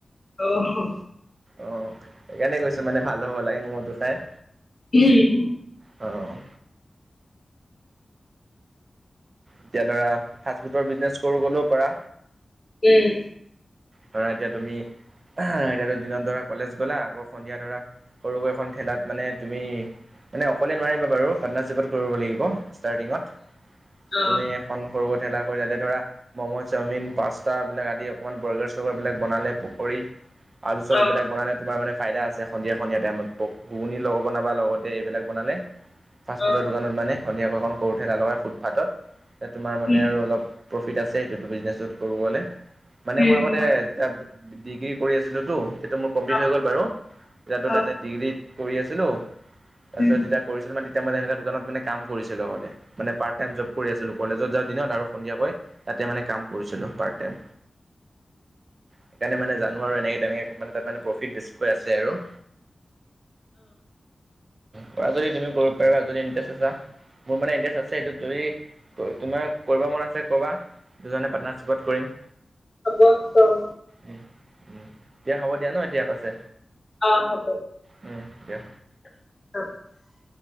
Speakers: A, on the left (about 45°); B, on the right (about 55°).
A: অহ।
B: অ', সেইকাৰণে কৈছোঁ মানে ভাল পাব লাগে মম'টো খাই।
A: উম।
B: অ'। এতিয়া ধৰা ফাষ্ট ফুডৰ বিজনেছ কৰোঁ কলেওঁ পাৰা।
A: উম।
B: ধৰা এতিয়া তুমি এতিয়াটো দিনত ধৰা কলেজ গ'লা, আকৌ সন্ধিয়া ধৰা সৰুকৈ এখন ঠেলাত মানে তুমি মানে অকলে নোৱাৰিবা বাৰু, পাৰ্টনাৰশ্বিপত কৰিব লাগিব, ষ্টাৰৰ্টিঙত
A: অ
B: তুমি। এখন সৰুকৈ থেলাকৈ যাতে ধৰা মম', চাওঁমিন, পাস্তা এইবিলাক আদি অকমান বয় বস্তু তেনেকুৱা বিলাক বনালে পকৰি, আলু শ্বপ
A: অ
B: এইবিলাক বনালে তোমাৰ মানে ফাইদা আছে। সন্ধিয়া সন্ধিয়া টাইমত প ঘুগুনি বনাবা লগতে এইবিলাক বনালে ফাষ্টফুডৰ
A: অ
B: দোকানত মানে সন্ধিয়াকৈ এখন সৰু ঠেলা লগাই ফুটফাথত। এ তোমাৰ মানে
A: উম
B: আৰু অলপ প্ৰফিট আছে, এইটোত ব্ৰিজনেচত সৰু হ'লেও মানে
A: উম
B: মই এ তাত ডিগ্ৰী কৰি আছিলোঁতো, হেইটো মোৰ কমপ্লিট
A: অ
B: হৈ গ'ল বাৰু, এতিয়াতো
A: অ
B: তাতে ডিগ্ৰী কৰি আছিলোঁ, তাৰপিছত
A: উম
B: যেতিয়া কৰিছিলোঁ মানে তেতিয়া মই এনেকা দোকানত মানে কাম কৰিছিলোঁ লগতে মানে পাৰ্ট টাইম জব্দ কৰি আছিলোঁ। কলেজত যাওঁ দিনত আৰু সন্ধিয়াকৈ তাতে মানে কাম কৰিছিলোঁ পাৰ্ট টাইম। সেইকাৰণে মানে জানোঁ আৰু এনেকে তেনেকে মানে তাত মানে প্ৰফিট বেছি। কৈ আছে আৰু কৰা যদি তুমি কৰিব পাৰিবা, যদি ইণ্টাৰেষ্ট আছা। মোৰ মানে ইণ্টাৰেষ্ট আছে, এইটো যদি তোমাৰ কৰিব মন আছে কবা। দুজনে পাৰ্টনাৰশ্বিপত কৰিম।
A: হ'ব চোন।
B: উম, উম, দিয়া হ'ব দিয়া ন', এতিয়া পাছে।
A: অ' হ'ব।
B: উম, দিয়া।
A: <unintelligible>